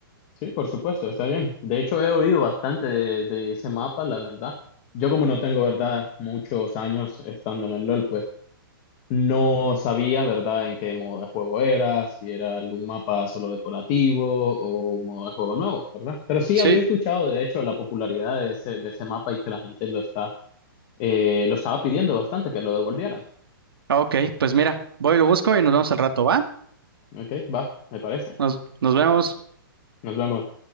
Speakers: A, on the left; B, on the right.
A: Sí, por supuesto, está bien. De hecho, he oído bastante de, de ese mapa, la verdad. Yo como no tengo, verdad, muchos años estando en el LOL, pues no sabía, verdad, en qué modo de juego era, si era algún mapa solo decorativo o un modo de juego nuevo, ¿verdad? Pero sí
B: Sí,
A: había escuchado, de hecho, la popularidad de ese, de ese mapa y que la gente lo está Eh, lo estaba pidiendo bastante que lo devolvieran.
B: Ok, pues mira, voy, y lo busco y nos vemos al rato, ¿va?
A: Ok, va, me parece.
B: Nos, nos vemos.
A: Nos vemos.